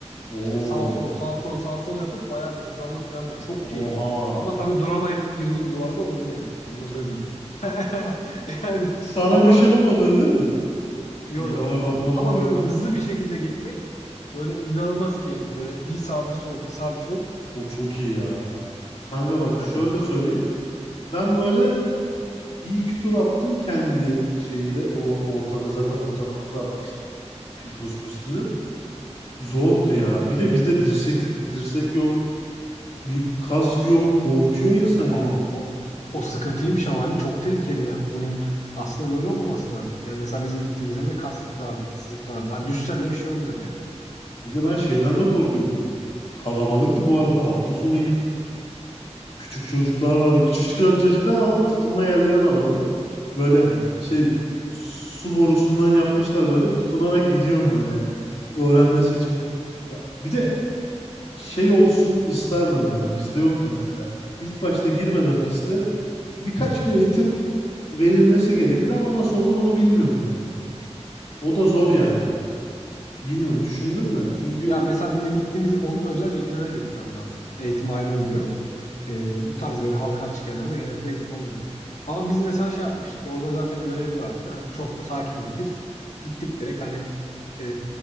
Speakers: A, on the left; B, on the left.
A: o
B: İşte sağ sol sağ sol sağ sol yapıp bayağı bir hızlandım falan da çok keyifli.
A: oha
B: Ama tabii duramayıp girdiğim duvara da oldu yani. Onu da söyleyeyim. <laughs> Yani
A: sana
B: ama
A: bir şey olmadı değil mi?
B: yo
A: Bir
B: yo
A: yaralanma
B: olmadı. Ama
A: falan
B: böyle hızlı bir şekilde gitmek böyle inanılmaz keyifli. Böyle bir sağ bir sol bir sağ bir sol.
A: O çok iyi ya. Kanka bak
B: Aynen.
A: şöyle söyleyeyim. Ben böyle bir iki tur attım kendi şeyde. O ortada zaten fotoğrafını da atmıştım. pi- Buz pistinin. Zordu ya. Bir de bizde dirseklik dirsek yok. Bir kask yok. Korkuyor insan yani.
B: Aa, o o sıkıntıymış ama hani çok tehlikeli ya. Bunun aslında böyle olmaması lazım. Yani mesela bizim gittiğimiz yerde kask vardı, dizlik vardı. Hani düşsen de bir şey olmuyordu yani.
A: Bir de ben şeyden de korkuyordum. Kalabalıktı bu arada. Hafta sonu gittik. küçük çocuklar var. Bir küçük çocuklar var ve tutunma yerleri var onun. Böyle
B: Aynen.
A: şey su borusundan yapmışlar böyle tutunarak gidiyorum böyle öğrenmesi için. Ya, bir de şey olsun isterdim yani bizde yoktu mesela. İlk başta girmeden piste birkaç bir eğitim verilmesi gerekir ama nasıl olur onu bilmiyorum yani. O da zor yani. Bilmiyorum düşündüm de çünkü
B: Ya mesela bizim gittiğimiz onun özel eğitimine gitmen lazım. Eğitim ayrı oluyor. E, bu tarz böyle halka açık yerlerde genellikle eğitim olmuyor. Ama biz mesela şey yapmıştık. Orada zaten görevli vardı. Hani çok da sakindik biz. Gittik direkt hani e,